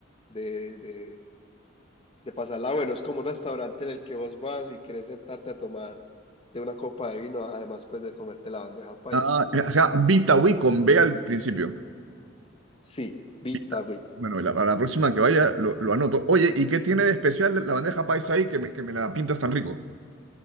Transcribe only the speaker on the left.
de, de, de pasarla bueno. Es como un restaurante en el que vos vas y querés sentarte a tomar de una copa de vino, además pues de comerte la bandeja paisa.
Sí, vi
Itagüí.